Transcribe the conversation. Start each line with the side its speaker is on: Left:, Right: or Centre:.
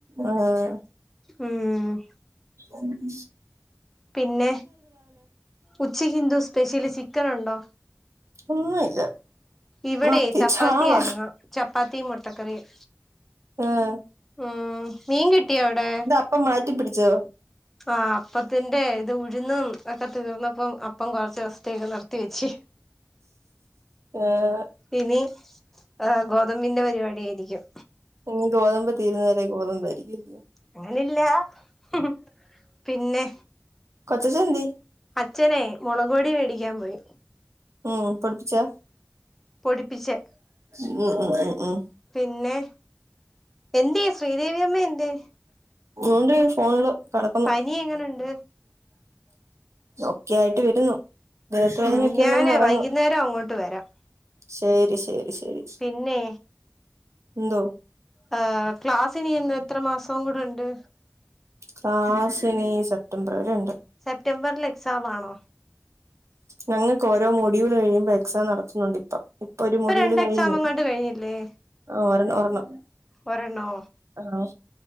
Right: ആഹ്
Centre: ഉം
Right: ഉം ഉം
Centre: പിന്നെ ഉച്ചക്കെന്താ സ്പെഷ്യല് ചിക്കനുണ്ടോ
Right: ഒന്നുമില്ല
Centre: ഇവിടെയെ
Right: മത്തി
Centre: ചപ്പാത്തിയായിരുന്നു
Right: ചാള
Centre: ചപ്പാത്തിയും മുട്ടക്കറിയും
Right: ആഹ്
Centre: ഉം മീൻ കിട്ടിയോ അവിടെ
Right: ഇപ്പം മാറ്റി പിടിച്ചോ
Centre: ആഹ് അപ്പത്തിന്റെ ഇത് ഉഴുന്നും ഒക്കെ തീർന്നപ്പം അപ്പം കുറച്ച് ദിവസത്തേക്ക് നിർത്തി വെച്ചു <inaudible>
Right: ആഹ്
Centre: ഇനി ആ ഗോതമ്പിന്റെ പരിപാടി ആയിരിക്കും
Right: ഇനി ഗോതമ്പ് തീരുന്നത് വരെ ഗോതമ്പായിരിക്കും
Centre: അങ്ങനെ ഇല്ല ഉം പിന്നെ
Right: കൊച്ചച്ചൻ എന്തിയെ
Centre: അച്ഛനെ മുളക് പൊടി മേടിക്കാൻ പോയി
Right: ഉം പൊടിപ്പിച്ചതാ
Centre: പൊടിപ്പിച്ച്
Right: ഉം ഉം ഉം ഉം
Centre: പിന്നെ എന്തിയെ ശ്രീദേവിയമ്മ എന്തിയെ
Right: ഉണ്ട് ഫോണില് കിടക്കുന്നു
Centre: പനി എങ്ങനുണ്ട്
Right: ഒക്കെ ആയിട്ട് വരുന്നു ദേഹത്ത്
Centre: ഉം
Right: വേദനയൊക്കെ
Centre: ഞാനെ
Right: ഉണ്ടെന്ന് പറയുന്നു
Centre: വൈകുന്നേരം അങ്ങോട്ട് വരാം
Right: ശരി ശരി ശരി
Centre: പിന്നെ
Right: എന്തോ
Centre: ആ ക്ലാസ്സ് ഇനി എ എത്ര മാസം കൂടെ ഉണ്ട്
Right: ക്ലാസ്സ്‌ ഇനി സെപ്റ്റംബർ വരെ ഉണ്ട്
Centre: സെപ്റ്റംബർല് എക്സാം ആണോ
Right: ഞങ്ങൾക്ക് ഓരോ മോഡൂൾ കഴിയുമ്പോ എക്സാം നടത്തുന്നുണ്ട് ഇപ്പൊ ഇപ്പൊ ഒരു മോഡിയോൾ
Centre: രണ്ട്
Right: കഴിഞ്ഞ്
Centre: എക്സാം അങ്ങാണ്ട് കഴിഞ്ഞില്ലേ
Right: ആ ഒരണ്ണം ഒരണ്ണം
Centre: ഒരെണ്ണോ
Right: ആഹ്